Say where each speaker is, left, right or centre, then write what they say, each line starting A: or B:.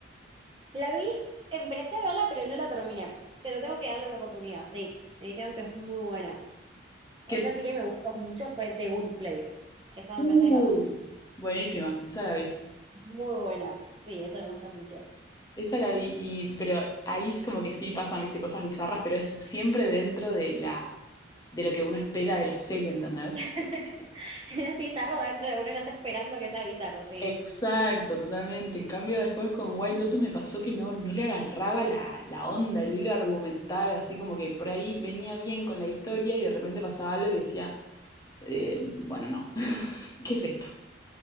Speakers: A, on the right; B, on the left.
A: La vi, empecé a verla, pero no la terminé. Pero tengo que darle una oportunidad, sí. Me dijeron que es muy buena. Otra
B: Que...
A: sí que me gustó mucho fue The Good Place. Esa
B: Uy,
A: me parece que capaz
B: buenísima, esa la vi.
A: Muy buena. Sí, eso me gusta mucho.
B: Esa la vi, y, pero ahí es como que sí pasan, viste, cosas bizarras, pero es siempre dentro de la, de lo que uno espera de la serie, ¿entendés?
A: <laughs> Es bizarro dentro de uno, ya está esperando que sea bizarro, sí.
B: Exacto, totalmente. En cambio, después con Wild Lotus me pasó que no, no le agarraba la, la onda, el hilo argumental, así como que por ahí venía bien con la historia y de repente pasaba algo que decía, eh, bueno, no, <laughs> ¿qué es esto?